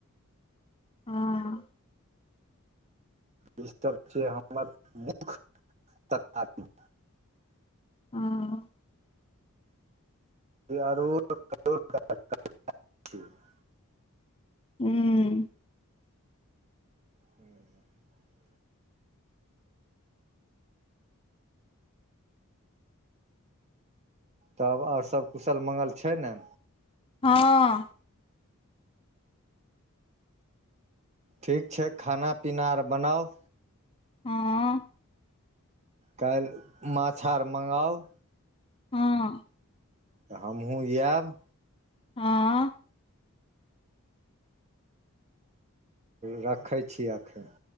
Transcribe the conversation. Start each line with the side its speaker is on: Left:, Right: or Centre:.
Left: हाँ
Right: ई सब छै हमर मुख्य तरकारी
Left: हाँ
Right: <unintelligible>
Left: हूँ
Right: हूं हूं <unintelligible> तब आओर सब कुशल मङ्गल छै ने
Left: हाँ
Right: ठीक छै खाना पीना आर बनाउ
Left: हाँ
Right: काल्हि माछ आर मँगाउ
Left: हाँ
Right: तऽ हमहुँ याब
Left: आँ
Right: रखै छी एखन